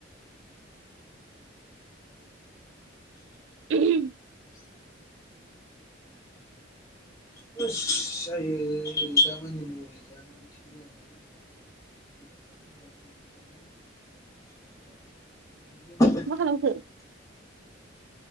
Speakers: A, on the right; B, on the left.
A: <inaudible> आरो
B: जायो दामानि मुलि जानायानोसै जयाख <inaudible>
A: मा खालामखो